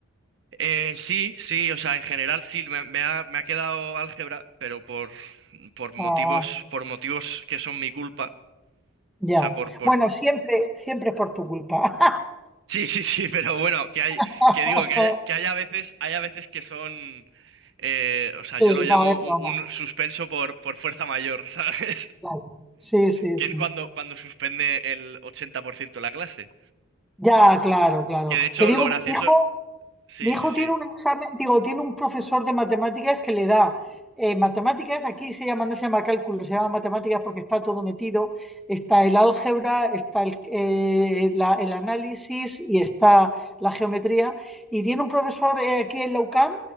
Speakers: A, on the right (about 60°); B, in the centre.
A: eh, sí, sí, o sea, en general sí, me, me ha, me ha quedado álgebra, pero por, por motivos,
B: Ah,
A: por motivos que son mi culpa,
B: ya.
A: o sea, por, por,
B: Bueno, siempre, siempre es por tu culpa.
A: <laughs> sí, sí, sí, <laughs> pero bueno, que hay,
B: <laughs>
A: que digo, que hay que haya veces, hay a veces que son, eh, o sea,
B: Sí,
A: yo lo llamo
B: no, es
A: un,
B: broma,
A: un suspenso por, por fuerza mayor, <laughs> ¿sabes?
B: claro. Sí, sí,
A: Que
B: sí.
A: es cuando, cuando suspende el 80% la clase.
B: Ya, claro, claro.
A: Que de hecho,
B: Te digo
A: lo gracioso,
B: que mi hijo
A: sí,
B: Mi hijo
A: sí, sí.
B: tiene un examen, digo, tiene un profesor de matemáticas que le da eh, matemáticas, aquí se llama, no se llama cálculo, se llama matemáticas porque está todo metido, está el álgebra, está el, eh, la- el análisis y está la geometría. Y tiene un profesor eh, aquí en la UCAM